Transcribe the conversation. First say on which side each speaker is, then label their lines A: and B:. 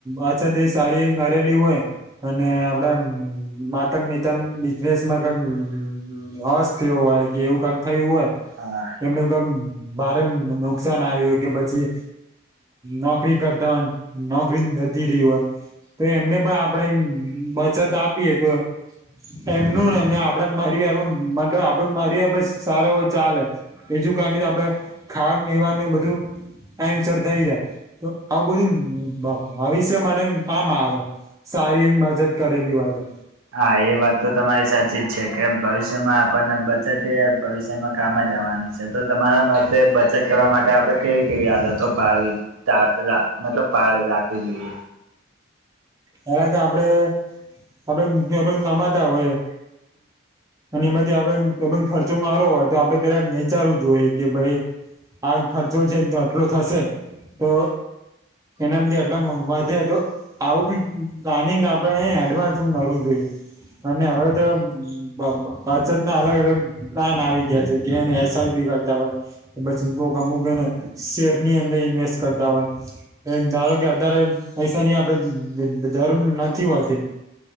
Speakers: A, on the right; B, on the right.
A: અછ સારી નરેલી હોય અને આપડા <unintelligible> ન બિઝનેસમાં <unintelligible> તે હોય કે એવું કામ થયું હોય.
B: હા
A: એમ ક ભારે નુકસાન આવ્યું કે પછી. નોકરી કરતા હો નોકરી નથીતી રહી હોય તો એમને પણ આપણેે બચત આપીએ તો એમનું નઈ આપડે મારી વાર મતલબ આપડે મારી વાર સારા હોય ચાલે એજું કાર આપડણે ખાવાનું બધું ટાઈમસ થઈ જાય તો આવું બધું ભવિષ્ય માટે કામ આવે સારી એ મજત કરેલી હોય તો
B: હા એ વાત તો તમારી સાચી જ છે કે ભવિષ્યમાં આપણને બચત ભવિષ્યમાં કામ જ આવવાની છે તો તમારા માટે બચત કરવા માટે આપડણે કેવી કેવી આદતો પાડવી મતલબ પાવી રાખવી જોઈએ.
A: પેલા તો આપડે આપડ રમાતા હોય. અને એમાંથી આપડ ખર્ચો મારો હોય તો આપડે પેલા વિચારવું જોઈએ કે ભાઈ આ ખર્ચો છેને તો આટલો થશે તો એનામથી એટલા વધે તો આવું બી પ્લાનિંગ આપડે એડવાન્સ હું કરવું જોઈએ અને હવે તો બછત ના અલગ અલગ સ્થાન આવી ગયા છે જેને એસઆઈપી કરતા હોય. પછી કોકમુગ અને શેર ની અંદર ઇન્વેસ્ટ કરતા હોય. એ ધારો કે અતારે પૈસા ની આપડે જરૂર નથી હોતી.